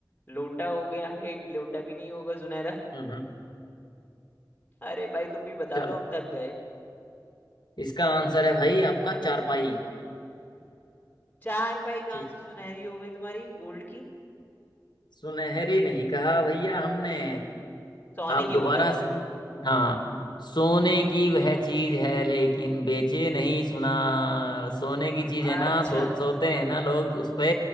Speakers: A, on the left (about 25°); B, on the left (about 80°).
A: लोटा हो गया एक लोटा भी नहीं होगा सुनहरा
B: हम्म, हम्म।
A: अरे भाई तुम ही बता
B: चलो
A: दो हम थक गए
B: इसका आंसर है भाई आपका चारपाई
A: चार पाई कहाँ
B: ठीक
A: से सुनहरी हो गई तुम्हारी गोल्ड की
B: सुनहरी नहीं कहा भैया हमने
A: सोने
B: आप दोबारा
A: की बोला था
B: हाँ सोने की वह
A: सोने
B: चीज है लेकिन बेचे नहीं सुना सोने की चीज है
A: अच्छा
B: ना सो, सोते हैं ना लोग उस पे